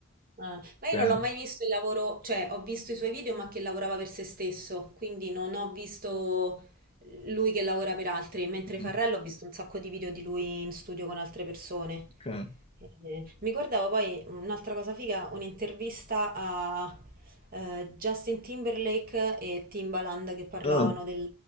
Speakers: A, on the right (about 45°); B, on the left (about 25°).
A: Ah, ma
B: Cioè,
A: io non l'ho mai visto il lavoro, cioè ho visto i suoi video ma che lavorava per se stesso, quindi non ho visto lui che lavora per altri, mentre
B: mm,
A: Farrello ho visto un sacco di video di lui in studio con altre persone.
B: ok.
A: Eh, mi guardavo poi un'altra cosa figa, un'intervista a eh, Justin Timberlake e Timbaland che parlavano
B: Ah,
A: del,